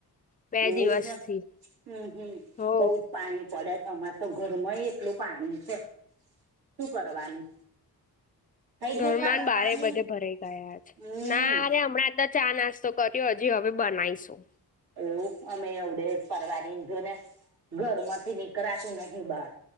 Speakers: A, on the left; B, on the right.
A: બે
B: એવું
A: દિવસથી
B: છે. હમ હમ
A: હો
B: બૌજ. પાણી પડે છે અમારે તો ઘરમાંય એટલું પાણી છે. શું કરવાનું? થઈ
A: ઘરમાં
B: ગયું ખાવા
A: ને બારે
B: પાણી
A: બધે ભરાઈ ગયાં છે.
B: હમ
A: ના રે હમણાં તો ચા નાસ્તા તો કર્યો. હજી હવે બનાવીશું.
B: એવું અમે એવડે ફવાનીધું ને. ઘરમાંથી નીકળાતું નહિ બાર.